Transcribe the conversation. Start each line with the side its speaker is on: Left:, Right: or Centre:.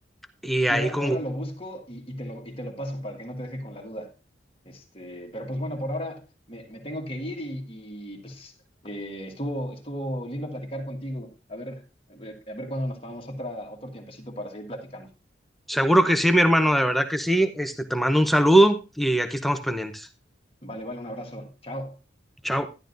Centre: y
Left: Sí,
Centre: ahí
Left: ahora,
Centre: con...
Left: ahora lo busco y, y te lo, y te lo paso para que no te deje con la duda. Este, pero pues bueno, por ahora me, me tengo que ir y, y, pues eh, estuvo, estuvo lindo platicar contigo. A ver, a ver, a ver cuándo nos tomamos otra, otro tiempecito para seguir platicando.
Centre: Seguro que sí, mi hermano, de verdad que sí. Este, te mando un saludo y aquí estamos pendientes.
Left: Vale, vale, un abrazo. Chao.
Centre: Chao.